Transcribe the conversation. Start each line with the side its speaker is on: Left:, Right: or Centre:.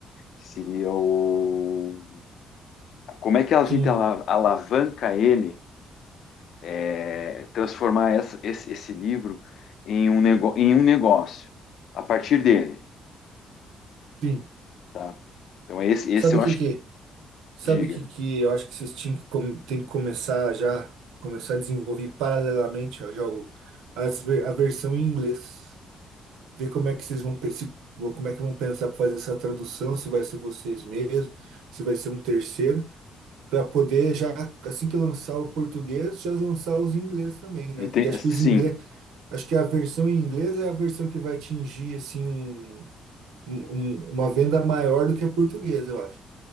Left: que seria o... Como é que a gente
Right: Sim,
Left: ala- alavanca ele, é, transformar essa- esse, esse livro em um, nego, em um negócio, a partir dele.
Right: sim.
Left: tá? Então esse, esse
Right: Sabe
Left: eu
Right: o que
Left: acho
Right: que,
Left: que,
Right: sabe
Left: diga,
Right: o que que eu acho que vocês tinham que com- tem que começar já, começar a desenvolver paralelamente ó, já o, as, ver- a versão em inglês. Ver como é que vocês vão pe- se- como é que vão pensar para fazer essa tradução, se vai ser vocês mesmos, se vai ser um terceiro, para poder já assim que lançar o português, já lançar os em inglês também, né?
Left: Enten-
Right: Que acho
Left: sim,
Right: que os inglês Acho que a versão em inglês é a versão que vai atingir assim um, um- um- uma venda maior do que a portuguesa, eu acho.